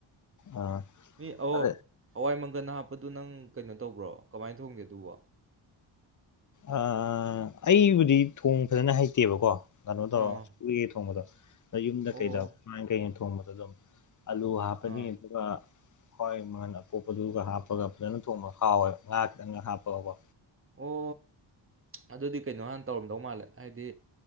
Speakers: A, on the left; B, on the right.
A: ꯑ
B: ꯃꯤ ꯑꯧꯋꯣ
A: ꯑꯗ
B: ꯍꯋꯥꯏ ꯃꯪ ꯈꯒꯟ ꯍꯥꯞꯄꯗꯨ ꯅꯪ ꯀꯩꯅꯣ ꯇꯧꯕ꯭ꯔꯣ ꯀꯃꯥꯏꯟ ꯊꯣꯡꯒꯦ ꯑꯗꯨꯕ
A: ꯑꯥ ꯑꯩꯕꯨꯗꯤ ꯊꯣꯡ ꯐꯖꯅ ꯍꯩꯇꯦꯕꯀꯣ ꯀꯅꯣ
B: ꯑꯣ
A: ꯇꯧꯔ ꯎꯌꯦ ꯊꯣꯡꯕꯗꯣ ꯑꯗ ꯌꯨꯝꯗ
B: ꯑꯣ
A: ꯀꯩꯗ ꯀꯋꯥꯟ ꯀꯩꯅ ꯊꯣꯡꯕꯗ ꯑꯗꯨꯝ ꯑꯜꯂꯨ ꯍꯥꯄꯅꯤ
B: ꯑꯥ
A: ꯑꯗꯨꯒ ꯍꯣꯏ ꯃꯟ ꯑꯄꯣꯛꯄꯗꯨꯒ ꯍꯥꯞꯄꯒ ꯐꯖꯅ ꯊꯣꯡꯕꯒ ꯍꯥꯎꯋꯦꯕ ꯉꯍꯥꯛ ꯈꯤꯇꯪꯒ ꯍꯥꯞꯄꯒꯀꯣ
B: ꯑꯣ ꯑꯗꯨꯗꯤ ꯀꯩꯅꯣ ꯍꯥꯟꯅ ꯇꯧꯔꯝꯗꯧ ꯃꯥꯜꯂꯦ ꯍꯥꯏꯗꯤ